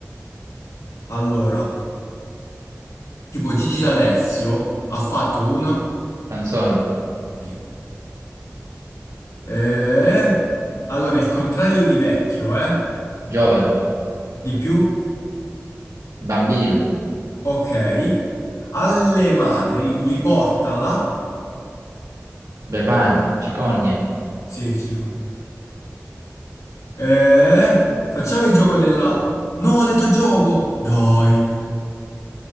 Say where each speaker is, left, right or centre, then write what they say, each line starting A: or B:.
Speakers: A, on the left (about 85°); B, on the right (about 85°).
A: allora. Tipo Gigi D'Alessio ha fatto una.
B: canzone.
A: Sì. Eh, allora, il contrario di vecchio, eh?
B: Giovane.
A: Di più?
B: Bambino.
A: Ok. Alle madri li porta la...
B: Befana. Cicogna.
A: Sì, cicogna. Eh, facciamo il gioco della... No, ho detto gioco! Dai.